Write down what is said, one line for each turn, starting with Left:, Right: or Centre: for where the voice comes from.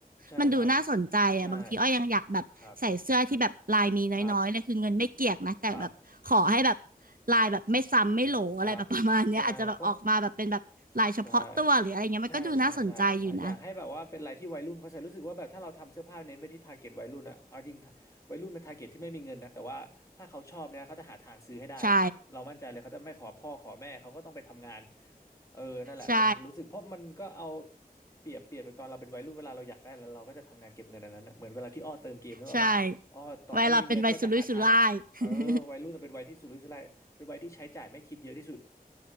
Left: ใช่ครับ
Right: มันดูน่าสนใจอ่ะบางทีอ้อยังอยากแบบใส่เสื้อที่แบบลายมีน้อยๆเลยคือเงินไม่เกี่ยงนะแต่แบบขอให้แบบ
Left: ใช่ครับครับครับ
Right: ลายแบบไม่ซ้ำไม่โหลอะไรแบบประมาณเนี้ยอาจจะแบบออกมาแบบเป็นแบบลายเฉพาะตัวหรืออะไรเงี้ยมันก็ดูน่าสนใจอยู่นะ
Left: ครับครับใช่เพราะ ใช่ใช่ใช่ใช่ใช่อยากให้แบบว่าเป็นอะไรที่วัยรุ่นเขาใส่รู้สึกว่าแบบถ้าเราทำเสื้อผ้าเน้นไปที่ทาร์เก็ตวัยรุ่นอะเอาจริงวัยรุ่นเป็นทาร์เก็ตที่ไม่มีเงินนะแต่ว่าถ้าเขาชอบเนี่ยเขาจะหาทางซื้อให้ได้
Right: ใช่
Left: เรามั่นใจเลยเขาจะไม่ขอพ่อขอแม่เขาก็ต้องไปทำงานเออนั่นแหละมันรู้สึกเพราะมันก็เอา
Right: ใช่
Left: เปรียบเปรียบตอนเราเป็นวัยรุ่นเวลาเราอยากได้แล้วเราก็จะทำงานเก็บเงินอันนั้นนะเหมือนเวลาที่อ้อเติมเกมนึกออกปะอ้อต่อให้ไม่มีเงินก็จะหาทางเออวัยรุ่นเป็นวัยที่สุรุ่ยสุร่ายเป็นวัยที่ใช้จ่ายไม่คิดเยอะที่สุด
Right: ใช่ไวัยเราเป็นไวัยสุรุ่ยสุร่าย <laughs>